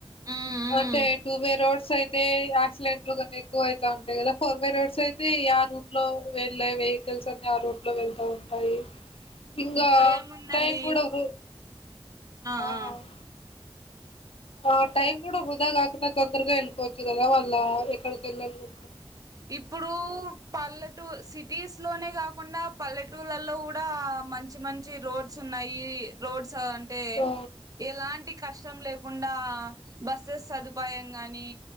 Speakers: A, on the right; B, on the left.
A: ఉమ్ ఉమ్
B: అంటే టూ వే రోడ్స్ అయిత్ తే ఆ స్లేట్ కోనేక్ ఎక్కువైత ఉంటాయి కదా. ఫోర్ వే రోడ్స్ అయితే ఇయా రూట్ లో వెళ్ళే వెహికల్స్ అన్ని ఆ రూట్ లో వెళ్తా ఉం టాయి ఇంగా
A: ఇప్పుడేముందండి
B: టైం గూడా రో
A: ఆ
B: అహ్
A: ఆ
B: ఆ టైం
A: తే
B: గూడా వృధా గాక్ తొందర్ తొందరగా ఎళ్పోవచ్చు కదా వాళ్ళ ఎక్కడక్ ఎళ్ళాలో
A: ఇప్పుడూ పల్లెటు సిటీస్ లోనే కాకుండా పల్లెటూళ్లలో కూడా మంచి మంచి రోడ్స్ ఉన్నాయి రోడ్స్ స అంటే
B: ఆ
A: ఎలాంటి కష్ట ం లేకుండా బస్ బస్సెస్ సదుపాయం గానీ